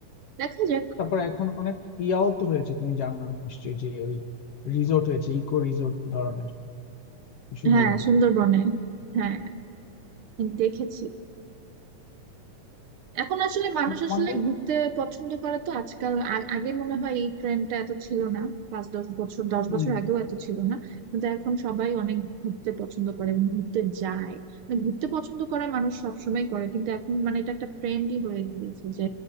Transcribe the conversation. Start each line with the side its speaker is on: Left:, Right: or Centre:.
Right: দেখা যাক
Left: তারপর এখন অনেক ইয়াও তো হয়েছে তুমি জানো নিশ্চয়ই যে ওই রিসোর্ট হয়েছে ইকো রিসোর্ট ধরনের সুন্দরবনে
Right: হ্যাঁ সুন্দরবনে হ্যাঁ দেখেছি এখন আসলে মানুষ আসলে
Left: আমাদের
Right: ঘুরতে পছন্দ করে তো আজকাল আ- আগে মনে হয় এই ট্রেন্ডটা এত ছিল না পাঁচ দশ বছর দশ
Left: হুম,
Right: বছর আগেও এত ছিল না কিন্তু এখন সবাই অনেক ঘুরতে পছন্দ করে এবং ঘুরতে যায় মানে ঘুরতে পছন্দ করে মানুষ সবসময় করে কিন্তু এখন মানে এটা একটা ট্রেন্ডই হয়ে গিয়েছে যে